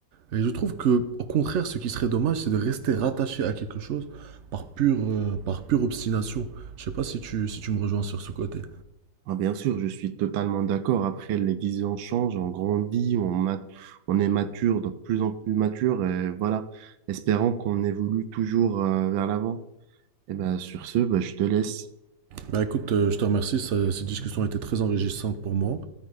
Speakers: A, on the right (about 65°); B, on the right (about 80°).
A: Et je trouve que, au contraire, ce qui serait dommage, c'est de rester rattaché à quelque chose par pure, euh, par pure obstination. Je sais pas si tu, si tu me rejoins sur ce côté.
B: Ah, bien sûr, je suis totalement d'accord. Après, les visions changent, on grandit, on, mat- on est mature, de plus en plus mature. Et voilà, espérant qu'on évolue toujours euh, vers l'avant. Et ben, sur ce, ben, je te laisse.
A: Bah écoute, euh, je te remercie, ça- cette discussion a été très enrichissante pour moi